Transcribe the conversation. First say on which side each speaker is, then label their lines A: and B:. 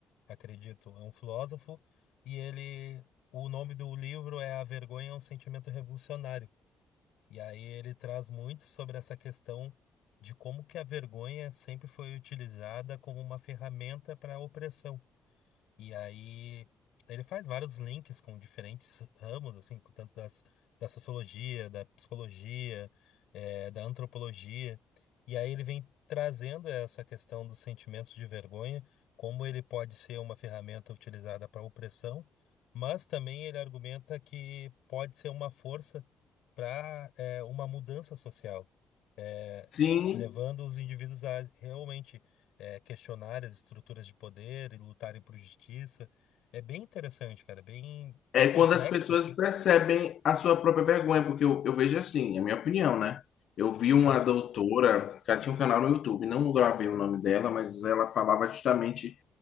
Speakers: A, on the left; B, on the left.
A: acredito, é um filósofo, e ele, o nome do livro é A Vergonha é um Sentimento Revolucionário, e aí ele traz muito sobre essa questão de como que a vergonha sempre foi utilizada como uma ferramenta para a opressão. E aí ele faz vários links com diferentes ramos, assim, com tanto das, da sociologia, da psicologia, eh, da antropologia. E aí ele vem trazendo essa questão dos sentimentos de vergonha, como ele pode ser uma ferramenta utilizada para opressão, mas também ele argumenta que pode ser uma força para uma mudança social, eh,
B: Sim,
A: levando os indivíduos a realmente é, questionar as estruturas de poder e lutarem por justiça. É bem interessante, cara, bem,
B: é
A: bem complexo,
B: quando as pessoas
A: assim,
B: percebem a sua própria vergonha, porque eu, eu vejo assim, é a minha opinião, né? Eu vi uma
A: claro.
B: doutora que ela tinha um canal no YouTube, não gravei o nome dela, mas ela falava justamente